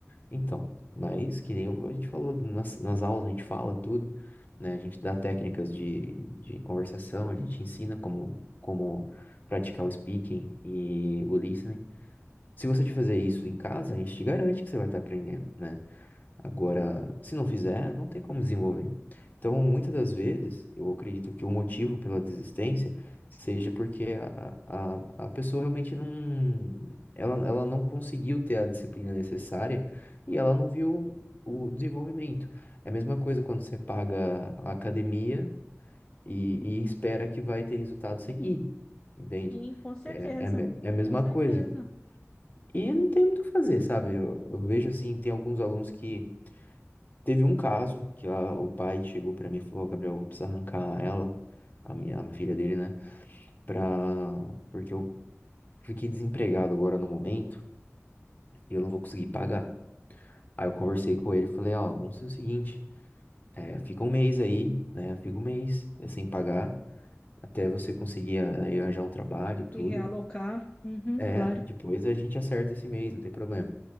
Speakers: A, on the left; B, on the left.
A: Então, mas que nem eu- a gente falou nas, nas aulas, a gente fala tudo, né? A gente dá técnicas de, de conversação, a gente ensina como, como praticar o speaking e o listening. Se você
B: sim.
A: te fazer isso em casa, a gente te garante que você vai estar aprendendo, né? Agora, se não fizer, não tem como desenvolver. Então, muitas das vezes, eu acredito que o motivo pela desistência seja porque a, a, a pessoa realmente não, ela, ela não conseguiu ter a disciplina necessária e ela não viu o desenvolvimento. É a mesma coisa quando você paga a academia e, e espera que vai ter resultado sem ir, entende?
B: Sim, com certeza,
A: É, é, a me- é a mesma
B: com certeza.
A: coisa. E não tem muito o que fazer, sabe? Eu, eu vejo assim, tem alguns alunos que Teve um caso que a- o pai chegou pra mim e falou, "Ó, Gabriel, eu vou precisar arrancar ela, a minha, a minha filha dele, né? Pra... Porque eu fiquei desempregado agora no momento e eu não vou conseguir pagar. Aí eu conversei com ele e falei, ó, vamos fazer o seguinte, é, fica um mês aí, né? Fica um mês é, sem pagar, até você conseguir é, aí arranjar um trabalho e tudo.
B: E realocar, uhum,
A: É,
B: claro,
A: depois a gente acerta esse mês, não tem problema.